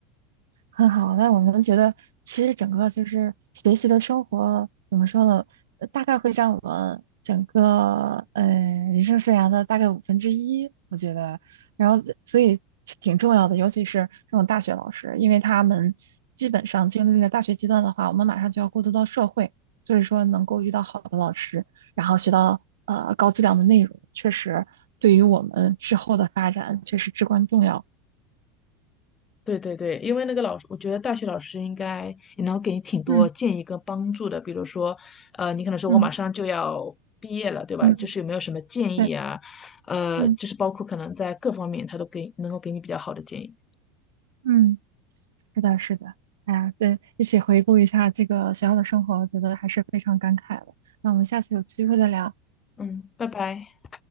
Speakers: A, on the right; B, on the left.
A: 很好，那我们觉得其实整个就是学习的生活怎么说呢？呃大概会占我们整个呃人生生涯的大概五分之一，我觉得。然后所以其挺重要的，尤其是这种大学老师，因为他们基本上经历了大学阶段的话，我们马上就要过渡到社会，所以说能够遇到好的老师，然后学到呃高质量的内容，确实对于我们之后的发展确实至关重要。
B: 对对对，因为那个老师，我觉得大学老师应该也能给你挺多建议跟帮助的。
A: 嗯
B: 比如说，呃，你可能说我马上就要毕业了，
A: 嗯
B: 对吧？
A: 嗯，
B: 就是有没有什么建议啊？
A: 对。
B: 呃，
A: 嗯。
B: 就是包括可能在各方面，他都给能够给你比较好的建议。
A: 嗯，是的，是的，哎呀，对，一起回顾一下这个学校的生活，我觉得还是非常感慨的。那我们下次有机会再聊，
B: 嗯，拜拜。